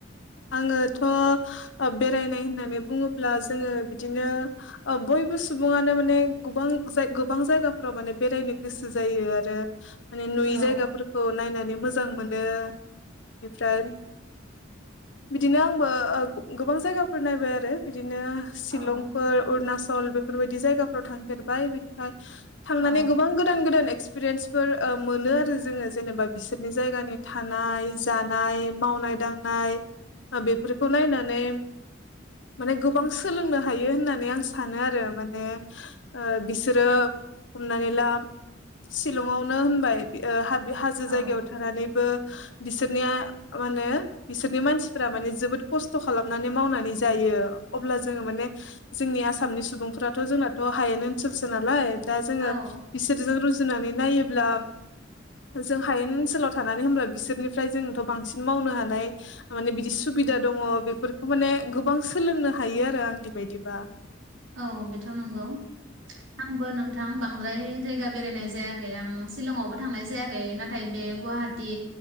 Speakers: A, on the left; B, on the right.
A: आंङोथ' ओ बेरायनाय होननानै बुङोब्ला जोङो बिदिनो ओ बयबो सुबुङानो माने गोबां गोबां जायगाफ्राव माने बेरायनो गोसो जायो आरो माने नुयि
B: औ
A: जायगाफोरखौ नायनानै मोजां जों मोनो निफ्राय बिदिनो आंबो ओ गोबां जायगाफोर नायबाय आरो बिदि नो सिलंफोर
B: औ
A: अरुनाचल ल बेफोरबायदि जायगाफ्राव थांफेरबाय बिनिफ्राय थांनानै
B: औ
A: गोबां गोदान गोदान एक्सपिरियेन्सफोर मोनो आरो जोङो जेनेबा बिसोरनि जायगानि थानाय जानाय मावनाय दांनाय बेफोरखौ नायनानै माने गोबां सोलोंनो हायो होननानै आं सानो आरो माने ओ बिसोरो हमनानैला सिलंआवनो होनबाय हा बे हाजो
B: औ
A: जायगायाव थानानैबो बिसोरनिया माहोनो बिसोरनि मानसिफोरा माने जोबोद खस्थ'' खालामनानै मावनानै जायो अब्ला जोङो माने जोंनि आसामनि सुबुंफोराथ' जोंनाथ' हायेन ओनसोलसो नालाय दा जोङो
B: औ
A: बिसोरजों रुजु जुनानै नायोब्ला जों हायेन ओनसोलाव थानानै होम्ब्ला बिसोरनि ओमफ्राय जोंथ' बांसिन मावनो हानाय माने बिदि सुबिदा दङ बेफोरखौ माने गोबां सोलोंनो हायो आरो आं बिबायदिबा
B: औ बेथ' नंगौ आंबो नोंथां थां बांद्राय जायगा बेरायनाय जायाखै आं सिलंआवबो थांनाय जायाखै नाथाय बे गुवाहाटी